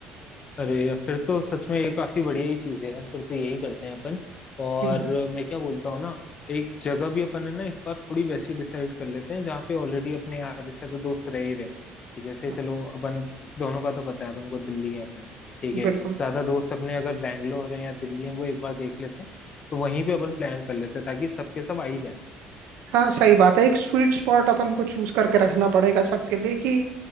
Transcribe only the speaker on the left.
अरे यार, फिर तो सच में ये काफी बढ़िया ही चीज है यार फिर तो यही करते हैं अपन और
मैं क्या बोलता हूँ ना एक जगह भी अपन है ना इस बार थोड़ी वैसी डिसाइड कर लेते हैं जहाँ पे ऑलरेडी अपने आधे से ज्यादा दोस्त रह ही रहे हैं कि जैसे
चलो अपन दोनों का तो पता है अपन को दिल्ली है अपन ठीक है
ज्यादा दोस्त अपने अगर बैंगलोर है या दिल्ली है वो एक बार देख लेते हैं तो वहीं पे अपन प्लान कर लेते हैं ताकि सबके सब आ ही जाए